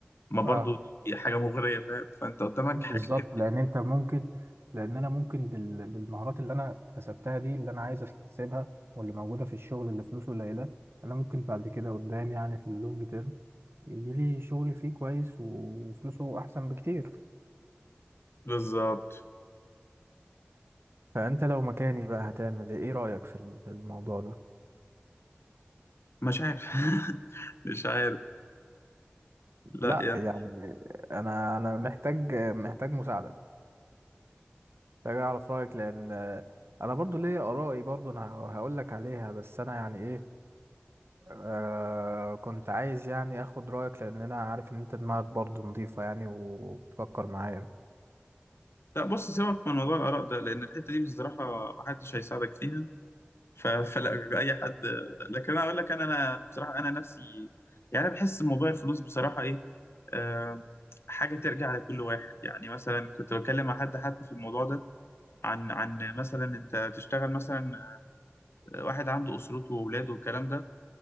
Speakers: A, on the left; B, on the right.
A: ما برضو
B: اه
A: دي حاجة مغرية فاهم فأنت قدامك
B: بالظبط
A: حاجتين
B: لان انت ممكن لان انا ممكن بال... بالمهارات اللي انا اكتسبتها دي اللي انا عايز اكتسبها واللي موجوده في الشغل اللي فلوسه قليله انا ممكن بعد كده قدام يعني في اللونج تيرم يجي لي شغل فيه كويس وفلوسه احسن بكتير
A: بالظبط
B: فانت لو مكاني بقى هتعمل ايه إيه رايك في ال- في الموضوع ده
A: مش عارف <laughs> مش عارف لا
B: لا
A: يعني
B: يعني انا انا محتاج محتاج مساعده محتاج اعرف رايك لان انا برضو ليا ارائي برضو انا هقول لك عليها بس انا يعني ايه آه كنت عايز يعني اخد رأيك لان انا عارف ان انت دماغك برضو نظيفة يعني وبتفكر معايا
A: لا بص سيبك من موضوع الآراء ده لأن الحتة دي بصراحة محدش هيساعدك فيها ف- فلا اي حد لكن انا اقول لك انا انا بصراحه انا نفسي يعني انا بحس موضوع الفلوس بصراحه ايه آه حاجه ترجع لكل واحد يعني مثلا كنت بتكلم مع حد حتى في الموضوع ده عن عن مثلا انت تشتغل مثلا واحد عنده اسرته واولاده والكلام ده